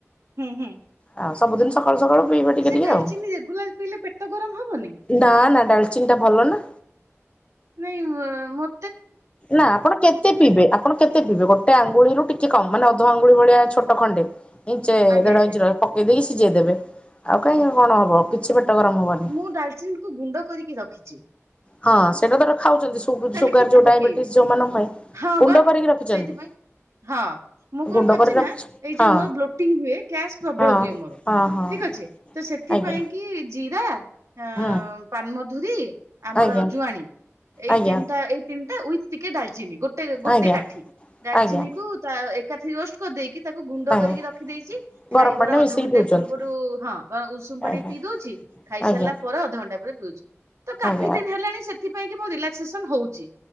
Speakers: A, on the right; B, on the left.
A: ହୁଁ ହୁଁ।
B: ହଁ ସବୁଦିନ ସକାଳୁ ସକାଳୁ ପିଇବେ ଟିକେ
A: ସେ
B: ଟିକେ
A: ଡାଲଚିନି
B: ଆଉ।
A: ରେଗୁଲାର ପିଇଲେ ପେଟ ଗରମ ହବନି?
B: ନା ନା ଡାଲଚିନ ଟା ଭଲ ନା।
A: ନାଇଁ ମ ମ
B: ନା ଆପଣ କେତେ ପିଇବେ ଆପଣ। କେତେ ପିଇବେ ଗୋଟେ ଆଙ୍ଗୁଳିରୁ ଟିକେ କମ ମାନେ ଅଧ ଆଙ୍ଗୁଳି ଭଳିଆ ଛୋଟ ଖଣ୍ଡେ ଇଞ୍ଚେ
A: ଆଜ୍ଞା
B: ଦେଢ
A: ଆଜ୍ଞା
B: ଇଞ୍ଚି ର। ପକେଇ ଦେଇକି ସିଝେଇ ଦେବେ ଆଉ କାହିଁ କଣ ହବ କିଛି ପେଟ ଗରମ ହବନି।
A: ମୁ ଡାଲଚିନି କୁ ଗୁଣ୍ଡ କରିକି ରଖିଛି।
B: ହଁ ସେଇଟା ତାର ଖାଉଛନ୍ତି ସୁଗୁ
A: ତାହେଲେ
B: ସୁଗାର
A: କେତେ
B: ଯୋଉ
A: ପକେଇବି?
B: ଡାଇବେଟିସ ଯୋଉ ମାନଙ୍କ ପାଇଁ।
A: ହଁ
B: ଗୁଣ୍ଡ
A: ବା
B: କରିକି ରଖିଛନ୍ତି।
A: ସେଇଥିପାଇଁ। ହଁ ମୁଁ କଣ
B: ଗୁଣ୍ଡ
A: କରିଛି
B: କରି ରଖିଛି
A: ନା ଏଇ
B: ହଁ
A: ଯୋଉ ମୋର ବ୍ଲୋଟିଂ ହୁଏ ଗ୍ୟାସ୍ ପ୍ରବଳ
B: ହଁ
A: ହୁଏ ମୋର
B: ହଁ ହଁ
A: ଠିକ ଅଛି। ତ ସେଥିପାଇଁ
B: ଆଜ୍ଞା
A: କି ଜିରା। ଆଁ
B: ହୁଁ
A: ପାନମଧୁରୀ ଆମର
B: ଆଜ୍ଞା
A: ଜୁଆଣୀ ଏଇ
B: ଆଜ୍ଞା
A: ତିନିଟା ଏଇ ତିନିଟା ଉଇଥ ଟିକେ ଡାଲଚିନି ଗୋଟେ ଗୋଟେ
B: ଆଜ୍ଞା
A: କାଠି ଡାଲଚିନି
B: ଆଜ୍ଞା
A: କୁ ତା ଏକାଠି ରୋଷ୍ଟ ଦେଇକି ତାକୁ ଗୁଣ୍ଡ
B: ଆଜ୍ଞା
A: କରିକି ରଖିଦେଇଛି।
B: ଗରମ
A: ଖାଇବାର
B: ପାଣିରେ
A: ଅଧଘଣ୍ଟା
B: ମିଶେଇକି ପିଉଛନ୍ତି
A: ପୂର୍ବରୁ ହଁ ଗ ଉଷୁମ ପାଣି
B: ଆଜ୍ଞା।
A: ପି ଦଉଛି। ଖାଇସାରିଲା
B: ଆଜ୍ଞା
A: ପର ଅଧଘଣ୍ଟା ପରେ ପିଉଛି। ତ କାଫି
B: ଆଜ୍ଞା
A: ଦିନି ହେଲାଣି ସେଥିପାଇଁ କି ମୁ ରିଲାକ୍ସେସନ ହଉଛି